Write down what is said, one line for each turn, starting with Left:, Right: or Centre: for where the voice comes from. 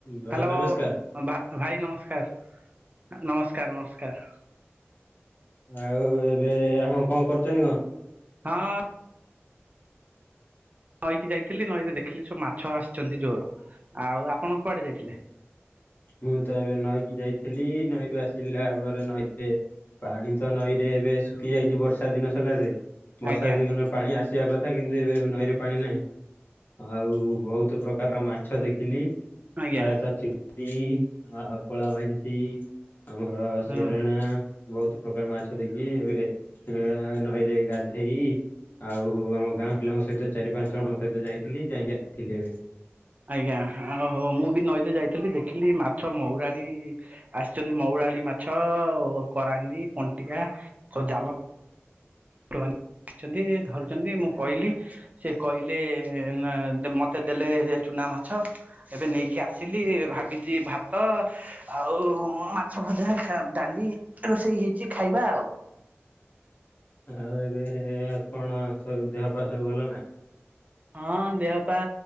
Left: ଭାଇ
Right: ହ୍ୟାଲୋ
Left: ନମସ୍କାର
Right: ଭାଇ ନମସ୍କାର। ନମସ୍କାର ନମସ୍କାର।
Left: ଆଉ ଏବେ ଆପଣ କଣ କରୁଛନ୍ତି କଣ?
Right: ହଁ। ନଈକି ଯାଇଥିଲି ନଈରେ ଦେଖିଲି ସବୁ ମାଛ ଆସିଛନ୍ତି ଜୋର। ଆଉ ଆପଣ କୁଆଡେ ଯାଇଥିଲେ?
Left: ମୁଁ ତ ଏବେ ନଈକି ଯାଇଥିଲି ନଈରୁ ଆସିଲା ପରେ ନଈତେ ପାଣି ତ ନଈରେ ଏବେ ଶୁଖି ଯାଇଛି ବର୍ଷା ଦିନ ସକାଶେ, ବର୍ଷା
Right: ଆଜ୍ଞା
Left: ଦିନ ପାଣି ଆସିବା କଥା କିନ୍ତୁ ଏବେ ନଈରେ ପାଣି ନାହିଁ। ଆଉ ବହୁତ ପ୍ରକାରର ମାଛ ଦେଖିଲି।
Right: ଆଜ୍ଞା।
Left: ପ୍ରାୟତଃ ଚିଙ୍ଗୁଡ଼ି ଆଉ କଳା ଭଇଁଷି ଆମର
Right: ହୁଁ
Left: ସେରେଣା ବହୁତ ପ୍ରକାର ମାଛ ଦେକି ଏବେ ନଈରେ ଗାଧେଇ ଆଉ ଆମ ଗାଁ ପିଲାଙ୍କ ସହିତ ଚାରି ପାଞ୍ଚ ଜଣଙ୍କ ସହିତ ଯାଇଥିଲି ଯାଇକି ଆସିଲି ଏବେ।
Right: ଆଜ୍ଞା ଓହୋ ମୁଁ ବି ନଈତ ଯାଇଥିଲି ଦେଖିଲି ମାଛ ମଉରାଳି ଆସିଛନ୍ତି ମଉରାଳି ମାଛ କରାଣ୍ଡି କୁଣ୍ଟିଆ ଜ ଆ ଧରୁଛନ୍ତି ମୁଁ କହିଲି ସେ କହିଲେ ନା ମତେ ଦେଲେ ଚୁନା ମାଛ। ଏବେ ନେଇକି ଆସିଲି ଭାବିଚି ଭାତ ଆଉ ମାଛ ଭଜା ଡାଲି ରୋଷେଇ ହେଇଛି ଖାଇବା ଆଉ।
Left: ଆଉ ଏବେ କଣ ସବୁ ଦେହ ପା ସବୁ ଭଲ ନା?
Right: ହଁ ଦେହ ପା